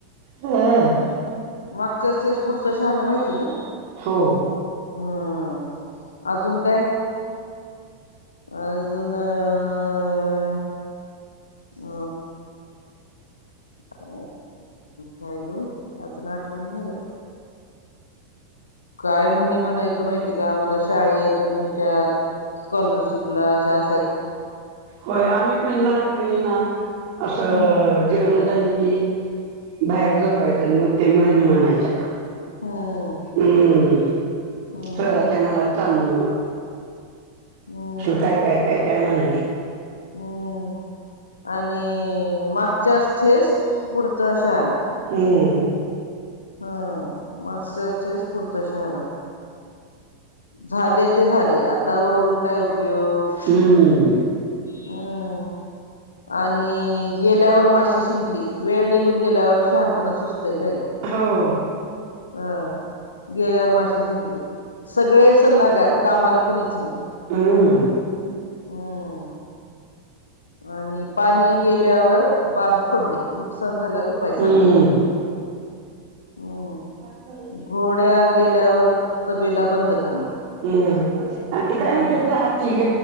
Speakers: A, on the right; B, on the left.
A: हं!
B: मागच्यास ठेस पुढचा शहाना माहिती ना?
A: हो!
B: हम्म अजून काय? अजून अं! अ! अ काय ग बाई, आजून आठवूण झाल्यात. काय म्हणी म्हणायचो माहिती का आमाला शाळेत अणि हिच्यात स्कॉलरशिपला अश्या.
A: होय आम्ही पण लहानपणी ये ना असं.
B: हम्म
A: जेवण झाले कि बाहेर झोपायचं मग ते म्हनी म्हणायच्या.
B: हम्म
A: हम्म
B: हम्म
A: चोराच्या मनात चांण.
B: हम्म
A: तू काय, काय, काय, काय म्हणायचं?
B: हम्म. आणि मागच्यास ठेस पुढचा शाना.
A: हम.
B: हा मग ते असतेस पुढच्या शहरात. झाले ते झाले, आता ओरडून काय उपयोग?
A: हम्म
B: हम. आणि गेल्यावर माशी शिंकली. वेळ निघून गेल्यावर शहानपणा सुचतंय काय?
A: हो.
B: अ गेल्यावर माशी शिंकली, सगळे सल्लागार कामाला कुणीच नाही
A: हम्म
B: हम्म. आणि पाणी गेल्यावर बांध फोडणे. नुकसान झाल्यावर उपाय सांगायचे
A: हम्म
B: परत. हम्म.
A: पातळ.
B: घोड्या गेल्यावर तबेला बंद करणे.
A: हम्म आणि ते काय
B: हम्म
A: म्हणत्यात ग हाती